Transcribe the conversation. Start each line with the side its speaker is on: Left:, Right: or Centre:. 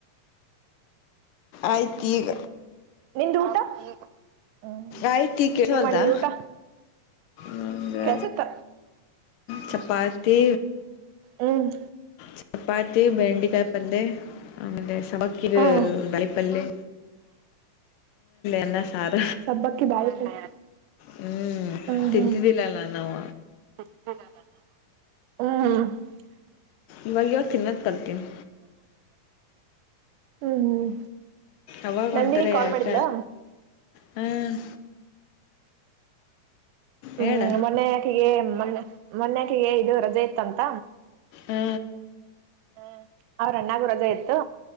Left: ಆಯ್ತು ಈಗ
Right: ನಿ್ದ ಊಟ ಹ್ಮ್
Left: ಆಯ್ತು ಈಗ ಕೇಳವಲ್ದಾ
Right: ಏನ್ ಮಾಡಿದವಿ ಊಟ
Left: ನಂಗೆ
Right: ಕೆಲ್ಸತ್ತ
Left: ಚಪಾತಿ
Right: ಹ್ಮ್
Left: ಚಪಾತಿ ಬೆಂಡೆಕಾಯಿ ಪಂದೆ ಆಮೇಲೆ ಸವಾಕ್ಕೀರು
Right: ಹ
Left: ಬೆಳಪಲ್ಯಾ ಅನ್ನಾ ಸಾಂಬಾರ
Right: ಸಬ್ಬಕ್ಕಿ ಬಾಳೆ ಕಾಯಿ
Left: ಹ್ಮ್
Right: ಹ್ಮ್
Left: ತಿಂತಿದ್ದಿಲ್ಲಲ್ಲ
Right: ಹ್ಮ್
Left: ನಾವು,
Right: ಹ್ಮ್ ಹ್ಮ್
Left: ಇವಾಗ ಇವಾಗ ತಿನ್ನೋದು ಕಲ್ತೀನಿ
Right: ಹ್ಮ್
Left: ಅವಾಗ
Right: ನಂದಿನ
Left: ಒಂಥರ ಯಾಕ
Right: ಕಾಲ್ ಮಾಡಿದ್ಲಾ?
Left: ಹ್ಮ್
Right: ಹ್ಮ್
Left: ಹೇಳ
Right: ಮೊನ್ಯಕಿಗೆ ಮೊ ಮೊನ್ಕಿಗೆ ಇದು ರಜೆ ಇತ್ತಂತ
Left: ಹ್ಮ
Right: ಹ್ಮ್ ಅವ್ರ ಅಣ್ಣಾಗ ರಜೆ ಇತ್ತು